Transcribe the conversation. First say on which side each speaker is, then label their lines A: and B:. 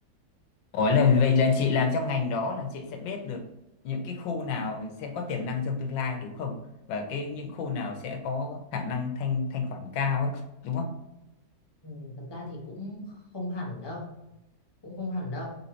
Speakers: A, on the left (about 80°); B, on the left (about 15°).
A: Ủa là vậy là chị làm trong ngành đó là chị sẽ biết được những cái khu nào sẽ có tiềm năng trong tương lai đúng không và cái những khu nào sẽ có khả năng thanh thanh khoản cao ấy đúng không
B: ừ, thật ra thì cũng không hẳn đâu cũng không hẳn đâu